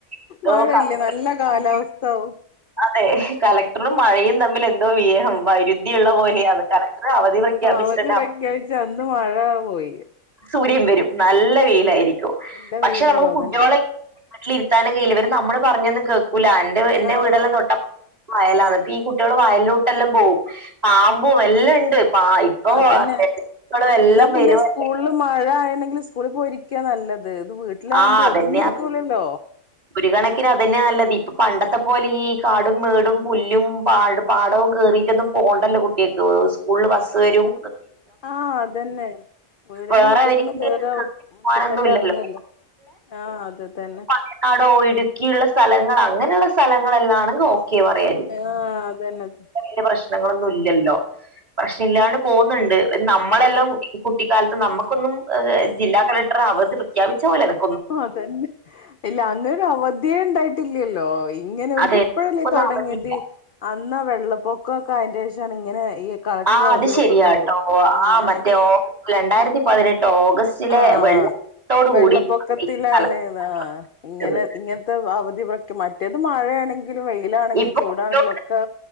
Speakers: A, on the right; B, on the left.
A: എന്തോ
B: മഴയില്ല
A: കളക്ടറും
B: നല്ല കാലാവസ്ഥാവും
A: അതെ കളക്ടറും മഴയും തമ്മിൽ എന്തോ വ്യഹം വൈ ദ്യുള്ള പോലെയാണ് കലക്ടർ അവധി പ്രഖ്യാപിച്ചിട്ടു
B: അവധി പ്രഖ്യാപിച്ച അന്ന് മഴ പോയി
A: സൂര്യൻ വെരും നല്ല വെയിലായിരിക്കും
B: നല്ല
A: പക്ഷെ
B: വെയിലാവും
A: നമുക്ക്
B: അതന്നെ
A: കുട്ട്യോളെ വീട്ടിലിരുത്താനും കഴിയില്ല ഇവര് നമ്മള് പറഞ്ഞൊന്നും കേക്കൂല അന്റെ എന്റെ
B: ആഹ്
A: വീടെല്ലാം തൊട്ടപ്പ വയലാന്ന് അപ്പീ കുട്ട്യാള് വയൽലോട്ടല്ലാം പോവും പാമ്പും എല്ലണ്ട് പ പ്പ
B: അതന്നെ
A: <unintelligible> എല്ലാം
B: എന്നാ പിന്നെ
A: വെരുവല്ലേ.
B: സ്കൂളിൽ മഴ ആയിണെങ്കില് സ്കൂളിൽ പോയിരിക്കാ നല്ലത് ഇത് വീട്ടിലാവുമ്പോ
A: ആ അതന്നെയാ
B: ഒതുങ്ങിയിരിക്കൂലല്ലോ
A: ഒരു കണക്കിന് അതന്ന്യ നല്ലത് ഇപ്പ പണ്ടത്തെ പോലെ ഈ കാടും മേടും പുല്ലും പാടും പാടോം കേറിറ്റൊന്നും പോണ്ടല്ലോ കുട്ട്യാക്ക് സ്കൂളില് ബസ്സ് വെരും
B: ആഹ് അതന്നെ വീടിന്റെ
A: വേറെ
B: മുറ്റത്തുന്ന്
A: അവർക്ക്
B: കേറ
A: പോകാനൊന്നും
B: ട്ടിത്തന്നെറങ്ങല്ലേ
A: ഇല്ലല്ലോ
B: ആഹ് അത് തന്നെ
A: വയനാടോ ഇടുക്കിയുള്ള സ്ഥലങ്ങൾ അങ്ങനെള്ള സ്ഥലങ്ങളെല്ലാണങ്കി ഓക്കേ പറയാ
B: ആഹ് അതന്നെ
A: ഭയങ്കര പ്രശ്നങ്ങളൊന്നും ഇല്ലല്ലോ പ്രശ്നല്ലാണ്ട് പോന്ന്ണ്ട് നമ്മളെല്ലാം ഈകുട്ട് ട്ടിക്കാൽത്ത് നമ്മക്കൊന്നുംഏഹ് ജില്ലാ കലക്ടർ അവധി പ്രഖ്യാപിച്ച പോലാണ്
B: അതന്നെ ഇല്ല അങ്ങനവധിയെണ്ടായിട്ടില്ലല്ലോ ഇങ്ങനെ
A: അതെ
B: ഇത്പ്പഴല്ലേ
A: ഒന്നും
B: തൊടങ്ങിയത്
A: അവധിയില്ല
B: അന്ന വെള്ളപ്പൊക്കൊക്കെ അയിന്റെഷാണ് ഇങ്ങനെ ഈ കളക്ടർ
A: ആഹ്
B: അവധി
A: അത് ശെരിയാട്ടോ
B: പ്രഖ്യാപി ആഹ്
A: ആ മറ്റേ ഓ രണ്ടായിരത്തി പതിനെട്ട് ഓഗസ്റ്റ് ചിലെ
B: ആഹ്
A: വെള്ളത്തോട്
B: വെള്ളപ്പൊക്കത്തിലാണ്
A: കൂടി <unintelligible>
B: ആഹ്
A: കലക്ടത്
B: ഇങ്ങനെ ഇങ്ങനത്തെ അവധി പ്രെക് മറ്റേത് മഴയാണെങ്കിലും വെയി യിലാണെങ്കിലും
A: ഇപ്പൊ
B: ചൂടാണെങ്കിലും ഒക്കെ